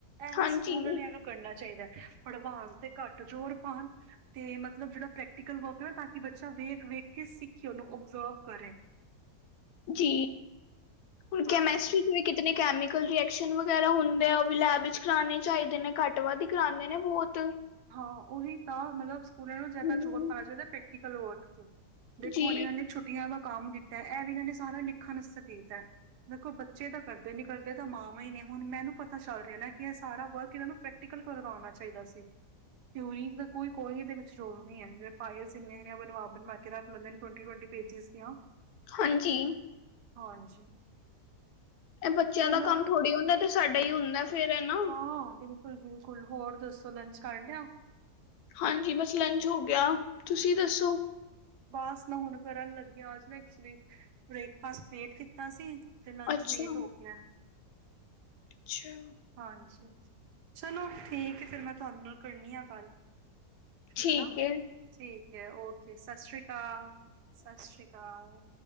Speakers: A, on the right (about 80°); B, on the left (about 75°).
A: ਐਵੇਂ
B: ਹਾਂਜੀ
A: ਸਕੂਲ ਆਲਿਆ ਨੂ ਕਰਨਾ ਚਾਹੀਦਾ ਪੜਵਾਉਣ ਤੇ ਘੱਟ ਜ਼ੋਰ ਪਾਉਣ, ਤੇ ਮਤਲਬ ਜਿਹੜਾ ਪ੍ਰੈਕਟੀਕਲ ਵਰਕ ਆ ਤਾਂ ਕਿ ਬੱਚਾ ਵੇਖ-ਵੇਖ ਕੇ ਸਿੱਖੇ ਓਨੂੰ ਓਬਜ਼ਰਵ ਕਰੇ,
B: ਜੀ, ਹੁਣ
A: ਹਾਂਜੀ
B: ਕੇਮਿਸਟਰੀ ਤੋਂ ਕਿਤਨੇ ਕੈਮੀਕਲ ਰਿੀਐਕਸ਼ਨ ਵਗੈਰਾ ਹੁੰਦੇ ਆ ਉਹ ਵੀ ਲੈਬ ਵਿੱਚ ਕਰਾਣੇ ਚਾਹੀਦੇ ਨੇ ਘੱਟ ਵੱਧ ਹੀ ਕਰਾਦੇ ਨੇ ਬਹੁਤ।
A: ਹਾਂ ਉਹੀ ਤਾਂ ਮਤਲਬ ਸਕੂਲ ਆਲਿਆ ਨੂੰ
B: ਹੂੰ
A: ਜਿਆਦਾ ਜੋਰ ਪਾਣਾ ਚਾਹਿਦਾ ਪ੍ਰੈਕਟੀਕਲ ਵਰਕ ਤੋਂ। ਦੇਖੋ
B: ਜੀ
A: ਹੁਣ ਇਹਨਾਂ ਨੇ ਛੁੱਟੀਆਂ ਦਾ ਕੰਮ ਦਿੱਤਾ ਐਹ ਵੀ ਕਹਿੰਦੇ ਨੇ ਸਾਰਾ ਲਿਖਣ ਆਸਤੇ ਦਿੱਤਾ। ਦੇਖੋ ਬੱਚੇ ਤਾਂ ਕਰਦੇ ਨੀ ਕਰਦੇ ਤਾਂ ਮਾਵਾਂ ਈ ਨੇ ਹੁਣ ਮੈਨੂੰ ਪਤਾ ਚੱਲ ਰਿਹਾ ਨਾ ਕਿ ਐਹ ਸਾਰਾ ਵਰਕ ਇਹਨਾਂ ਨੂੰ ਪੈ ਪੈਕਟੀਕਲ ਕਰਵਾਣਾ ਚਾਹੀਦਾ ਸੀ। ਤੇ ਓਈ ਤਾਂ ਕੋਈ-ਕੋਈ ਏਹਦੇ ਵਿੱਚ ਰੋਲ ਨਈ ਐ ਜਿਵੇ <unintelligible> ਬਣਵਾ-ਬਣਵਾ ਕੇ ਰੱਖ ਲੈਂਦੇ ਨੇ ਟਵਟੀ-ਟਵਟੀ ਪੇਜਿਸ ਦੀਆਂ।
B: ਹਾਂਜੀ।
A: ਹਾਂਜੀ।
B: ਇਹ ਬੱਚਿਆਂ
A: ਚਲੋ
B: ਦਾ ਕੰਮ ਥੋੜ੍ਹੀ ਹੁੰਦਾ ਏ ਤੇ ਸਾਡਾ ਹੀ ਹੁੰਦਾ ਫੇਰ ਐ ਨਾ।
A: ਹਾਂ ਬਿਲਕੁਲ-ਬਿਲਕੁਲ ਹੋਰ ਦੱਸੋ ਲੰਚ ਕਰ ਲਿਆ?
B: ਹਾਂਜੀ ਬਸ ਲੰਚ ਹੋ ਗਿਆ, ਤੁਸੀਂ ਦੱਸੋ?
A: ਬਸ ਮੈ ਹੁਣ ਕਰਨ ਲੱਗੀ ਆ ਅੱਜ ਮੈਂ ਐਕਚੁਲੀ ਬ੍ਰੇਕਫਾਸਟ ਲੇਟ ਕੀਤਾ ਸੀ। ਫਿਰ ਲੰਚ
B: ਅੱਛਾ
A: ਲੇਟ ਹੋ ਗਿਆ।
B: ਅੱਛਾ।
A: ਹਾਂਜੀ, ਚਲੋ ਠੀਕ ਐ ਫਿਰ ਮੈਂ ਤੁਹਾਨੂੰ ਨਾਲ ਕਰਨੀ ਆ ਗੱਲ।
B: ਠੀਕ
A: ਹਨਾ
B: ਏ।
A: ਠੀਕ ਐ ਓਕੇ ਸਤਿ ਸ਼੍ਰੀ ਅਕਾਲ, ਸਤਿ ਸ਼੍ਰੀ ਅਕਾਲ।